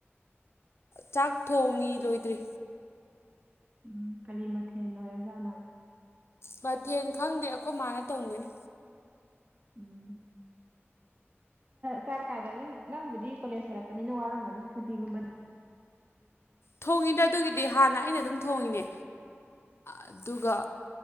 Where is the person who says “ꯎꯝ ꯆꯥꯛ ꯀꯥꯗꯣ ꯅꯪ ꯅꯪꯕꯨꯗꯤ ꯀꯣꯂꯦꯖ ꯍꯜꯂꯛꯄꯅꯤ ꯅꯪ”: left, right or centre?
Right